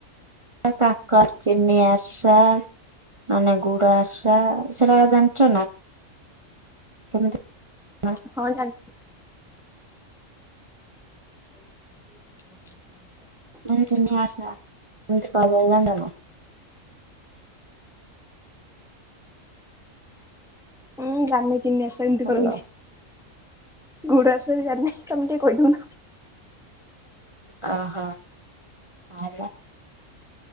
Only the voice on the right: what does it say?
ଆଉ କାକରା ଚିନି ଆରିସା ମାନେ ଗୁଡ ଆରିସା ସେରା ଜାଣିଛ ନା? କେମିତି କଣ?
ମାନେ ଚିିନି ଆରିସା କେମିତି କରା ଯାଏ ଜାଣିଛନା?
ହାଲୋ
ଅହୋ। ଆ